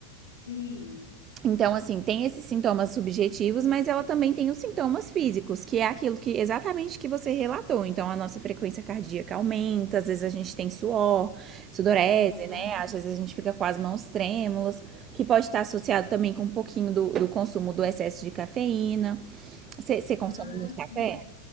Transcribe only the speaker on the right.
então, assim, tem esses sintomas subjetivos, mas ela também tem os sintomas físicos, que é aquilo que exatamente que você relatou. Então, a nossa frequência cardíaca aumenta, às vezes a gente tem suor, sudorese,
né? Às vezes a gente fica com as mãos trêmulas, que pode estar associado também com um pouquinho do, do consumo do excesso de cafeína. Você consome
muito
café?